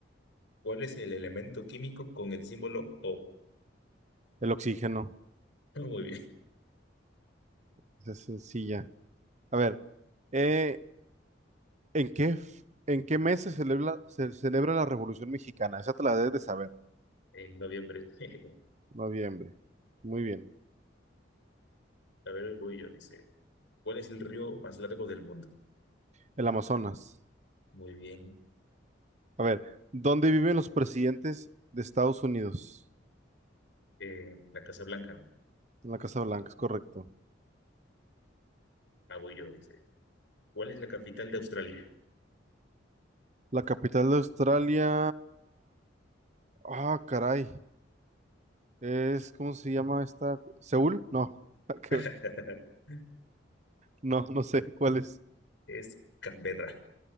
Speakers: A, on the left (about 80°); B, on the right (about 40°).
A: ¿Cuál es el elemento químico con el símbolo O?
B: El oxígeno.
A: <laughs> Muy bien,
B: Esa es sencilla. A ver. eh, ¿En qué, f- en qué mes se celebra, se celebra la Revolución Mexicana? Esa te la debes de saber.
A: en noviembre. <laughs>
B: Noviembre. Muy bien.
A: A ver, voy yo, dice. ¿Cuál es el río más largo del mundo?
B: El Amazonas.
A: Muy bien,
B: A ver, ¿dónde viven los presidentes de Estados Unidos?
A: eh, la Casa Blanca.
B: En la Casa Blanca, es correcto.
A: Ah, yo, dice. ¿Cuál es la capital de Australia?
B: La capital de Australia. Ah, caray. Es, ¿cómo se llama esta? ¿Seúl? No. <laughs> que-
A: <laughs>
B: No, no sé cuál es.
A: Es Canberra.